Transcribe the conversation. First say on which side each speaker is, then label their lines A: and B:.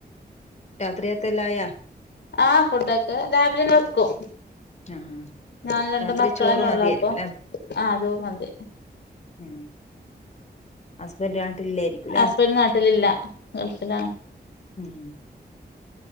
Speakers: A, on the left; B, on the left.
A: രാത്രികത്തെ എല്ലാ ആയ?
B: ആഹ്, ഫുഡൊക്കെ രാവിലന്നെ വെക്കും.
A: ആ
B: ഞാനു രണ്ട്
A: രാത്രി
B: മക്കളന്നെ
A: ചോറ് മതിയായിരിക്കുംല്ലേ
B: ഉള്ളൂ അപ്പൊ. ആഹ് ചോറ് മന്തി
A: ഉം. ഹസ്ബൻഡ് നാട്ടിലില്ലായിരിക്കൂലേ,
B: ഹസ്ബൻഡ് നാട്ടിലില്ല ഗൾഫിലാണ്
A: ഉം.